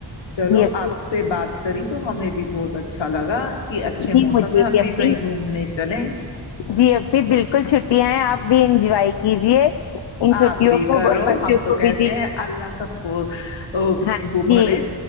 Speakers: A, on the left; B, on the left.
A: <unintelligible> چلو
B: جی اپی
A: آپ سے بات کری تو ہمیں بھی بہت اچھا لگا کہ اچھے
B: جی
A: موسم
B: مجھے
A: ہے ہم بھی
B: اپی
A: کہیں گھومنے چلیں
B: جی اآپی بالکل چھٹیاں ہیں آپ بھی انجوائے کیجیے ان چھوٹیوں
A: آپ بھی
B: کو
A: کرو
B: اور بچوں
A: ہم تو
B: کو
A: کہتے
B: بھی جی
A: ہیں اللہ سب کو
B: ہاں
A: وہ بھرے
B: جی